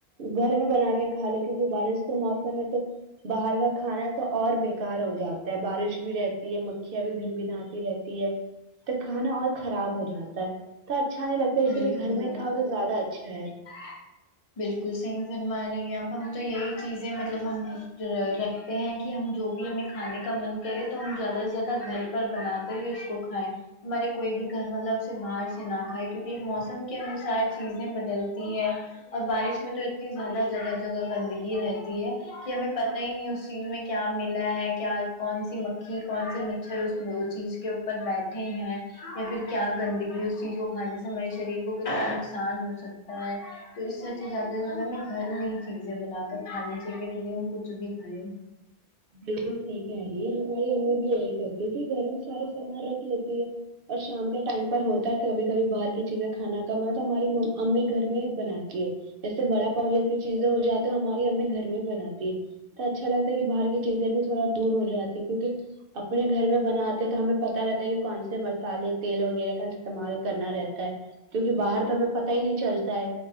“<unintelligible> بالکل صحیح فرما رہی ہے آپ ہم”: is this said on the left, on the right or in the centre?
Left